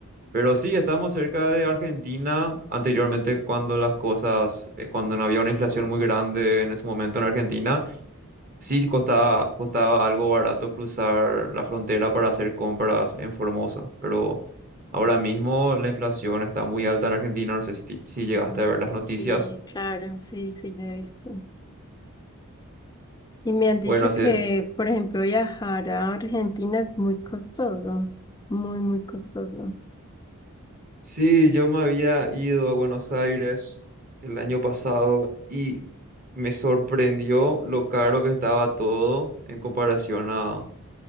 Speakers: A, on the right (about 40°); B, on the left (about 15°).
A: Pero sí, estamos cerca de Argentina. Anteriormente, cuando las cosas, eh, cuando no había una inflación muy grande en ese momento en Argentina, sí costaba, costaba algo barato cruzar la frontera para hacer compras en Formosa. Pero ahora mismo la inflación está muy alta en Argentina. No sé si, ti- si llegaste
B: Ujú.
A: a ver las
B: Sí,
A: noticias.
B: claro, sí, sí, ya he visto. Y me han dicho
A: Bueno, hace...
B: que, por ejemplo, viajar a Argentina es muy costoso, muy, muy costoso.
A: Sí, yo me había ido a Buenos Aires el año pasado y me sorprendió lo caro que estaba todo en comparación a